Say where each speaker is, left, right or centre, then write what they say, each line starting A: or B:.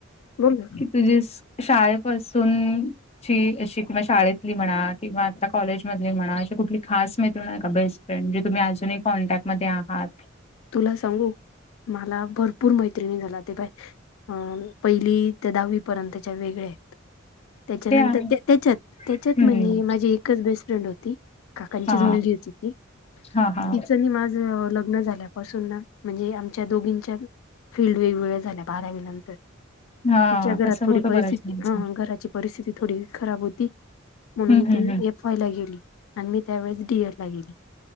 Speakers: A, on the left; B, on the left.
A: बोल ना
B: तुझी शाळेपासून ची, अशी किंवा शाळेतली म्हणा, किंवा आता कॉलेज मधंली म्हणा, अशी कुठली खास मैत्रिण आहे कां बेस्ट जे तुम्हीं अजूंनही कॉन्टॅक्टमध्ये आहात.
A: तुला सांगू मला भरपूर मैत्रिणी झाला ते बाय अ पहिली ते दहावी पर्यंतच्या वेगळया आहे त्यांच्यानंतर,
B: ते आहे
A: त्यांच्यांत, त्यांच्यांत
B: हम्म
A: म्हणजे माझी एकचं बेस्ट फ्रेंड होती. काकांचीच
B: हा
A: मुलगी होती ती
B: हा हा
A: तिचं माझं लग्नं झालं पासुन ना म्हणजे आमच्या दोघींच्या फील्ड वेगवेगळ्या झाल्या बारावी नंतर.
B: हा
A: तिच्या घरात
B: तसं
A: थोडी
B: होतं
A: परिस्थिती
B: बऱ्याच जणांचं
A: हं हं घराची परिस्थिती थोडी खराब होती म्हणूंन
B: हम्म हम्म
A: ती
B: हम्म
A: एक वायला गेलीं, आणि मी त्यावेळेस डी, एड ला गेलीं.